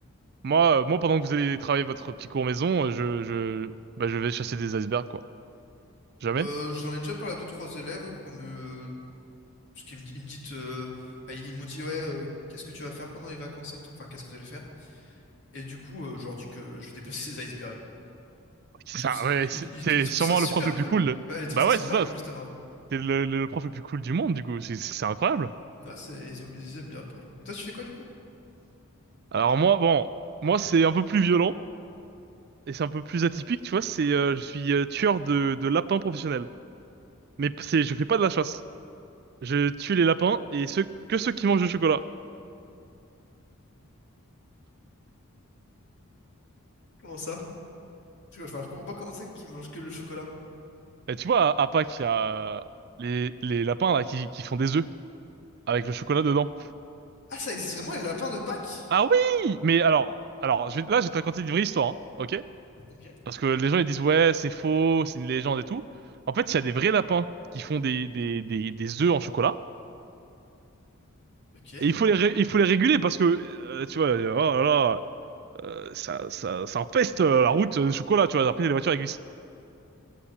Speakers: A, on the right; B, on the left.
A: Moi, euh, moi, pendant que vous allez travailler votre petit cours maison, euh, je, je, bah, je vais chasser des icebergs, quoi. Jamais?
B: euh, j'en ai déjà parlé à deux, trois élèves, oui, comme, euh, Parce qu'ils me, di- ils me dit, euh, enfin, ils m'ont dit, ouais, euh, qu'est-ce que tu vas faire pendant les vacances et tout? Enfin, qu'est-ce que vous allez faire? Et du coup, euh, je leur dis que je vais déplacer des icebergs.
A: C'est
B: Ils trouvent,
A: ça,
B: si-
A: ouais,
B: ils,
A: c'est-
B: ils- ils-
A: t'es
B: ils trouvent
A: sûrement
B: ça super
A: le prof le
B: cool.
A: plus cool.
B: Ouais, ils trouvent
A: Bah
B: ça
A: ouais,
B: super
A: c'est ça.
B: cool, justement. oui.
A: T'es le, le prof le plus cool du monde, du coup. C'est, c'est incroyable.
B: Ouais, c'est, ils ont- ils aiment bien après. Et toi, tu fais quoi, du coup?
A: Alors moi, bon, moi, c'est un peu plus violent et c'est un peu plus atypique, tu vois. C'est, euh, je suis euh, tueur de, de lapins professionnel. Mais c'est, je fais pas de la chasse. Je tue les lapins et ceux, que ceux qui mangent du chocolat.
B: Comment ça? Je, enfin, je comprends pas comment ça qu'ils mangent que le chocolat.
A: Et tu vois, à, à Pâques, il y a les, les lapins, là, qui, qui font des œufs avec le chocolat dedans.
B: Ah, ça existe vraiment, les lapins de Pâques?
A: Ah oui! Mais alors, alors je vais- là, je vais te raconter une vraie histoire, hein, ok?
B: Ok,
A: Parce que les gens, ils disent, ouais, c'est faux, c'est une légende et tout. En fait, il y a des vrais lapins qui font des, des, des, des œufs en chocolat.
B: ok.
A: Et il faut les, ré- il faut les réguler parce que, euh, tu vois, euh, oh là là, euh, ça, ça, ça empeste euh, la route de chocolat, tu vois. Après, les voitures, elles glissent.